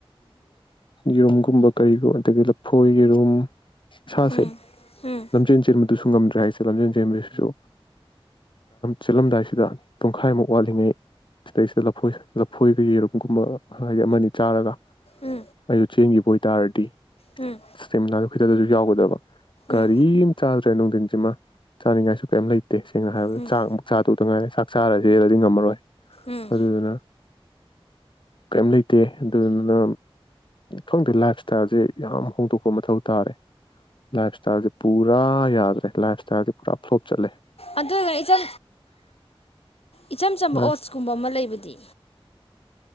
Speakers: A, on the left; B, on the left.
A: ꯌꯦꯔꯨꯝꯒꯨꯝꯕ ꯀꯔꯤꯒꯨꯝ ꯑꯗꯒꯤ ꯂꯐꯣꯏ ꯌꯦꯔꯨꯝ ꯁꯥ
B: ꯎꯝ
A: ꯁꯦ
B: ꯎꯝ
A: ꯂꯝꯖꯦꯟ ꯆꯦꯟꯕ ꯑꯗꯨꯁꯨ ꯉꯝꯗ꯭ꯔꯦ ꯍꯥꯏꯁꯦ ꯂꯝꯖꯦꯟꯖꯦꯟꯕꯁꯤꯁꯨ ꯆꯦꯜꯂꯝꯗꯥꯏꯁꯤꯗ꯫ ꯄꯨꯡꯈꯥꯏꯃꯨꯛ ꯋꯥꯠꯂꯤꯉꯩ ꯁꯤꯗꯩꯁꯤꯗ ꯂꯐꯣꯏ ꯂꯐꯣꯏꯒ ꯌꯦꯔꯨꯝꯒꯨꯝꯕ ꯍꯥꯏꯗꯤ ꯑꯃꯅꯤ ꯆꯥꯔꯒ
B: ꯎꯝ
A: ꯑꯩꯖꯨ ꯆꯦꯟꯒꯤ ꯑꯣꯏꯇꯥꯥꯔꯗꯤ
B: ꯎꯝ
A: <unintelligible> ꯈꯤꯌꯗꯖꯨ ꯌꯥꯎꯒꯗꯕ꯫ ꯀꯔꯤꯝ
B: ꯎꯝ
A: ꯆꯜꯔꯦ ꯅꯅꯨꯡ ꯁꯤꯃ ꯆꯥꯅꯤꯡꯉꯥꯏꯁꯨ ꯀꯩꯝ ꯂꯩꯇꯦ ꯇꯦꯦꯡꯅ ꯍꯥꯏꯔꯕꯗ
B: ꯎꯝ
A: ꯆꯥꯛ ꯆꯥꯣꯛꯗꯇ ꯉꯥꯏꯔꯦ ꯆꯥꯛ ꯆꯔꯁꯨ ꯍꯦꯜꯂꯗꯤ ꯉꯝꯃꯔꯣꯏ
B: ꯎꯝ
A: ꯑꯗꯨꯗꯨꯅ ꯀꯔꯤꯝ ꯂꯩꯇꯦ ꯑꯗꯨꯗꯨꯅ ꯈꯪꯗꯦ ꯂꯥꯏꯞ ꯏꯁꯇꯥꯏꯜꯁꯦ ꯌꯥꯝ ꯍꯣꯡꯗꯣꯛꯄ ꯃꯊꯧ ꯇꯥꯔꯦ ꯂꯥꯏꯐ ꯁꯇꯥꯏꯜꯁꯤ ꯄꯨꯔ ꯌꯥꯗ ꯂꯥꯏꯐ꯭ꯇꯥꯏꯜꯗꯤ ꯄꯨꯔꯥ ꯐ꯭ꯂꯣꯞ ꯆꯠꯂꯦ
B: ꯑꯗ ꯀꯍꯤ ꯆ ꯏꯆꯝ ꯆꯝꯕ
A: ꯂꯥꯏꯞ
B: ꯑꯣꯠꯁꯀꯨꯝꯕ
A: ꯏꯁꯇꯥꯏꯜ
B: ꯑꯃ ꯂꯩꯕꯗꯤ